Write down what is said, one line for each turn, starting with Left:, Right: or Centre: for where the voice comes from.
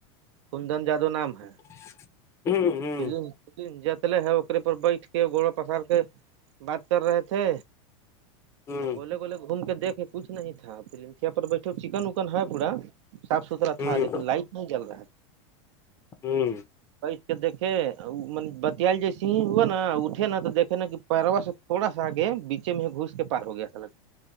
Right: کندن جادو نام ہے
Left: <unintelligible> ہوں
Right: ف ف جتلے ہے اکے پر بیٹھ کے گوڑا پسار کے بات کر رہے تھے
Left: ہوں
Right: ا گولے گوولے گھوم کے دیکے کچھ نہیں تھا فلم پر بیٹھے چکن وکن ہے پورا صاف ستھرا
Left: ہوں
Right: تھا لیکن لائٹ نہیں جل رہا
Left: ہوں
Right: کہ دھے م بتیال جی س ہی ہوا نا اٹھے نا تو دے نا کہ پہروا سے تھوڑا سا آگے بیچے میں گھس کے پار ہو گیا سا لگ